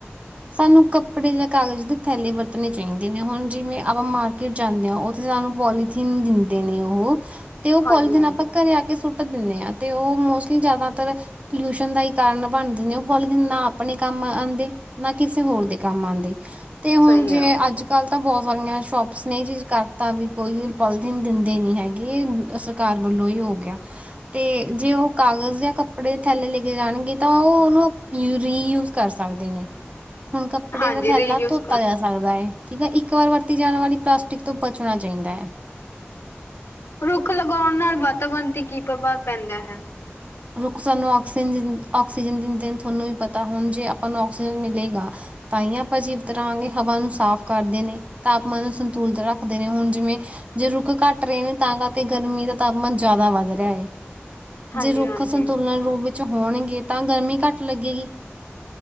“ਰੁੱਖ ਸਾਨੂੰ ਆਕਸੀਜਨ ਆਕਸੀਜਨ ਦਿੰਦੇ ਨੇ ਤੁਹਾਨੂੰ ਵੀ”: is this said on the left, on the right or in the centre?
Right